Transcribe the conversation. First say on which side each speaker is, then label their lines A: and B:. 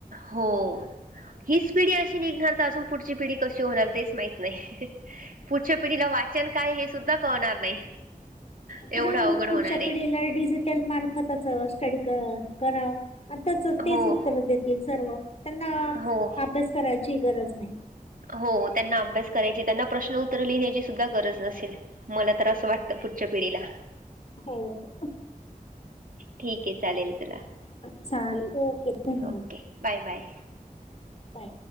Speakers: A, on the right (about 65°); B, on the left (about 45°).
A: हो हीच पिढी अशी निघणार तर अजून पुढची पिढी कशी होणार तेच माहिती नाही पुढच्या पिढीला वाचन काय हे सुद्धा कळणार नाही. एवढं
B: हा
A: अवघड
B: मग पुढच्या
A: होणार आहे
B: पिढीला मार्फ स्टडी कराव त्या <inaudible> तेच
A: हो
B: उत्तर देतील सर्व त्यांना
A: हो
B: अभ्यास करायची गरज नाही.
A: हो त्यांना अभ्यास करायची त्यांना प्रश्न उत्तरं लिहिण्याची सुद्धा गरज नसेल. मला तर असं वाटत पुढच्या पिढीला
B: हो
A: ठीक आहे चालेल चला
B: अच्छा ओके. धन्यवाद
A: ओके बाय बाय.
B: बाय